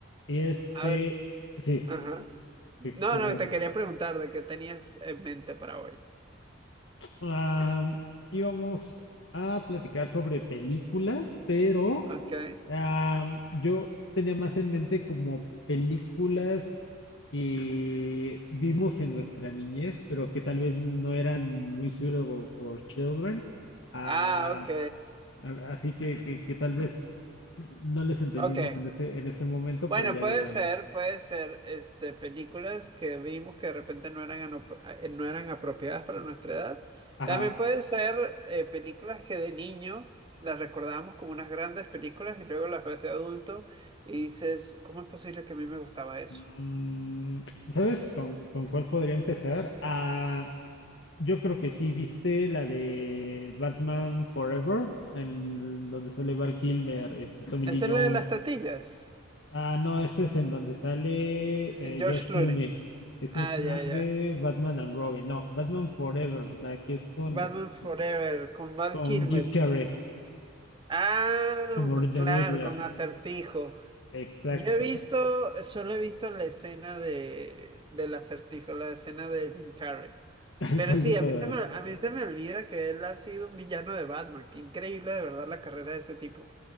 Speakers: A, on the left; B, on the right.
A: Y este,
B: A ver,
A: sí,
B: ajá.
A: ¿qué,
B: No,
A: qué me
B: no,
A: ibas
B: te
A: a
B: quería
A: preguntar?
B: preguntar de qué tenías en mente para hoy.
A: Am, íbamos a platicar sobre películas, pero
B: Ok.
A: Am, yo tenía más en mente como películas que vimos en nuestra niñez, pero que tal vez no eran muy suitable for children. Ah,
B: Ah, ok.
A: a- así que, que, que tal vez no les entendimos
B: Ok.
A: en ese, en ese momento,
B: Bueno,
A: pero ya
B: puede
A: de grandes.
B: ser, puede ser, este, películas que vimos que de repente no eran, anop- eh, no eran apropiadas para nuestra edad.
A: Ajá.
B: También puede ser eh, películas que de niño las recordábamos como unas grandes películas y luego las ves de adulto y dices, ¿cómo es posible que a mí me gustaba eso?
A: Mm, ¿sabes con, con cuál podría empezar? Ah, Yo creo que sí, ¿viste la de Batman Forever? En donde sale Val Kilmer, este, Tommy Lee
B: Esa
A: Jones.
B: es la de las tatillas,
A: Ah, no, ese es en donde sale
B: George
A: eh, George
B: Clooney.
A: Clooney. Esa
B: Ah,
A: es la
B: ya, ya.
A: de Batman and Robin. No, Batman Forever, la que es con,
B: Batman
A: este,
B: Forever, con Val
A: con
B: Kilmer.
A: Jim Carrey,
B: Ah,
A: como
B: c-
A: The
B: claro,
A: Riddler.
B: con Acertijo.
A: Exacto.
B: Yo he visto, solo he visto la escena de, del acertijo, la escena de Jim Carrey.
A: <laughs>
B: Pero
A: ¿Cuál
B: sí,
A: de todas?
B: a mí se me, a mí se me olvida que él ha sido un villano de Batman. Qué increíble de verdad la carrera de ese tipo.